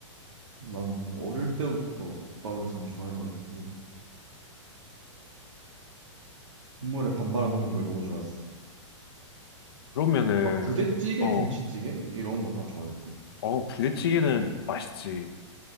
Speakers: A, on the right; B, on the left.
A: 난 어릴 때부터 국밥을 참 좋아해가지고, 국물에 밥 말아 먹는 걸 너무 좋아했어.
B: 그러면은,
A: 막 부대찌개,
B: 어,
A: 김치찌개? 이런 거 다 좋아했고.
B: 어, 부대찌개는 맛있지.